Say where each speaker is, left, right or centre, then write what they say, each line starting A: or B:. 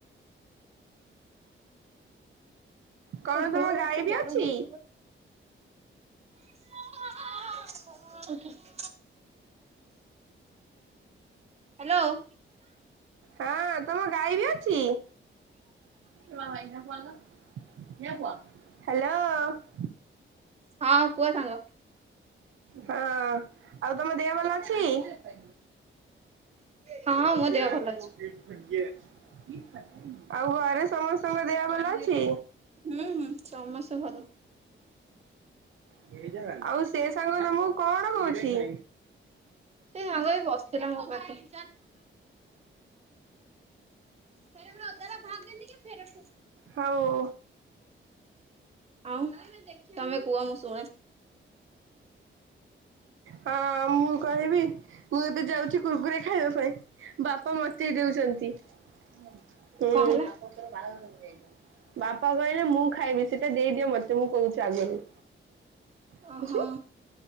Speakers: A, on the right; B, on the right.
A: କଣ
B: ଓହୋ
A: ତମ ଗାଈ
B: କି ଗରମ
A: ବି ଅଛି?
B: ହଉଛି ଆଜ୍ଞା। ହ୍ୟାଲୋ।
A: ହାଁ ତମ ଗାଈ ବି ଅଛି? ଛୁଆଁ ଭାଇଟା ଫୋନ୍ କର ଝିଅ ପୁଅ ହ୍ୟାଲୋ।
B: ହଁ କୁହ ସାଙ୍ଗ
A: ହଁ ଆଉ ତମ ଦେହ ଭଲ ଅଛି? ଆବେ
B: ହଁ
A: କିଣା
B: ମୋ ଦେହ
A: ହେଇନି
B: ଭଲ ଅଛି।
A: ମୁଦି। ଆରେ କିଣା କିଣା ହେଇନି ଆଉ ଘରେ ସମସ୍ତଙ୍କ ଦେହ ଭଲ ଅଛି।
B: ହୁଁ ହୁଁ ସମସ୍ତେ ଭଲ।
A: ମେରୀ ଯାନ ଆଉ ସେ ସାଙ୍ଗ ତମକୁ କଣ କହୁଛି?
B: ସେ ସାଙ୍ଗ ଏଇ ବସିଥିଲା ମୋ ପାଖରେ। ଫେର ନ ତେରା ଭାଗ ଦେନେକି ଫେରସ୍ତ ହୋଗି।
A: ହଉଁ।
B: ଆଉ ନାଇଁ ନାଇଁ ଦେଖିଆ ତମେ କୁହ ମୁଁ ଶୁଣେ।
A: ହଁ ମୁଁ କହିବି। ମୁଁ ଏବେ ଯାଉଛି କୁରୁକୁରୀ ଖାଇବା ପାଇଁ। ବାପା ମୋତେ ଦେଉଛନ୍ତି। ଉଁ ହୁଁ
B: କଣ ହେଲା
A: ବାପାଙ୍କୁ କହିବ ବାହାଘର କରିଦେବେ। ବାପା କହିଲେ ମୁଁ ଖାଇବି ସେଇଟା ଦେଇଦିଅ ମୋ ମୋତେ ମୁଁ କହୁଛି ଆଗରୁ। ଆଚ୍ଛା।
B: ଓହୋ